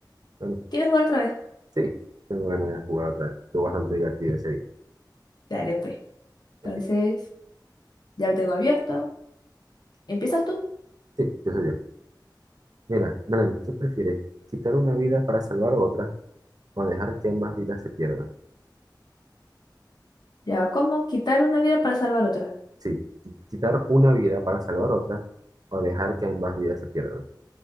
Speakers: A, on the right; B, on the left.
A: Bueno,
B: ¿Quieres jugar otra vez?
A: sí, tengo ganas de jugar otra vez. Estuvo bastante divertido ese día.
B: Dale, pues.
A: Ok,
B: Entonces, ya lo tengo abierto. ¿Empiezas tú?
A: Sí, yo soy yo. Mira, Melanie, ¿qué prefieres? ¿Quitar una vida para salvar otra o dejar que ambas vidas se pierdan?
B: Ya, ¿cómo? Quitar una vida para salvar otra.
A: Sí, quitar una vida para salvar otra o dejar que ambas vidas se pierdan.